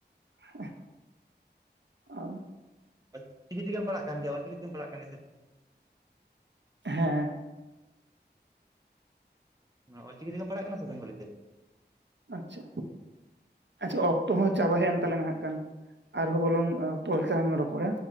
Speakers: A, on the right; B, on the right.
A: ᱦᱮ ᱟᱨ
B: ᱚᱞ ᱪᱤᱠᱤ ᱛᱮᱜᱮ ᱯᱟᱲᱟᱜ ᱠᱟᱱ ᱜᱮᱭᱟ ᱚᱞᱪᱤᱠᱤ ᱛᱮᱢ ᱯᱟᱲᱟᱜ ᱠᱟᱱ ᱜᱮᱭᱟ ᱥᱮ
A: ᱦᱮᱸ
B: ᱢᱟᱱᱮ ᱚᱞ ᱪᱤᱠᱤ ᱛᱮᱜᱮᱢ ᱯᱟᱲᱦᱟᱜ ᱠᱟᱱᱟ ᱥᱮ ᱵᱮᱝᱜᱚᱞᱤ ᱛᱮ?
A: ᱟᱪᱪᱷᱟ ᱟᱪᱪᱷᱟ ᱚᱠᱛᱚ ᱦᱚᱸ ᱪᱟᱵᱟ ᱦᱮᱡ ᱮᱱ ᱛᱟᱞᱟᱝ ᱦᱟᱜ ᱠᱷᱟᱱ ᱟᱨᱦᱚᱸ ᱵᱚᱨᱚᱝ ᱯᱚᱨᱮ ᱛᱮᱞᱟᱝ ᱨᱚᱯᱚᱲᱟ